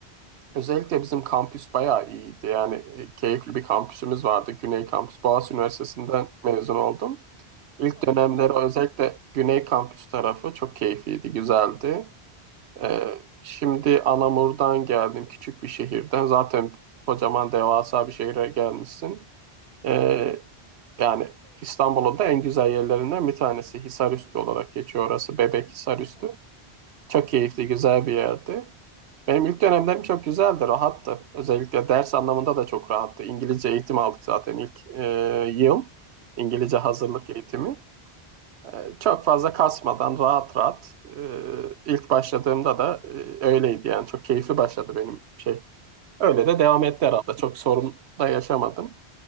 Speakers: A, on the right; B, on the left.
A: Özellikle bizim kampüs bayağı iyiydi. Yani e, keyifli bir kampüsümüz vardı. Güney Kampüs, Boğaziçi Üniversitesi'nden
B: Hı hı.
A: mezun oldum. İlk
B: Of
A: dönemleri
B: çok
A: özellikle
B: iyi.
A: Güney Kampüs tarafı çok keyifliydi, güzeldi.
B: Hı
A: E,
B: hı.
A: şimdi Anamur'dan geldim, küçük bir şehirden. Zaten kocaman devasa bir şehire gelmişsin. E, yani İstanbul'un da en güzel yerlerinden bir tanesi. Hisarüstü olarak geçiyor orası. Bebek Hisarüstü.
B: Evet.
A: Çok
B: Hı
A: keyifli,
B: hı.
A: güzel bir yerdi. Benim ilk dönemlerim çok güzeldi, rahattı. Özellikle ders anlamında da çok rahattı. İngilizce eğitim aldık zaten ilk e, yıl. İngilizce hazırlık
B: Aha.
A: eğitimi. E, çok fazla kasmadan rahat rahat e, ilk başladığımda da e, öyleydi yani. Çok keyifli başladı benim şey. Öyle de devam etti herhalde. Çok sorun da yaşamadım.